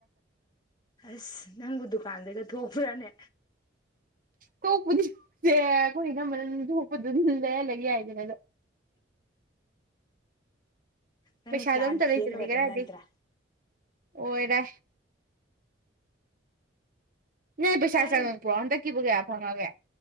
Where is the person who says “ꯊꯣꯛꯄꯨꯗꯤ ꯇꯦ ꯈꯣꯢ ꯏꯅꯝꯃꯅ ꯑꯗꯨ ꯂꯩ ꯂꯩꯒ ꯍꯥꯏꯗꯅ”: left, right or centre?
Right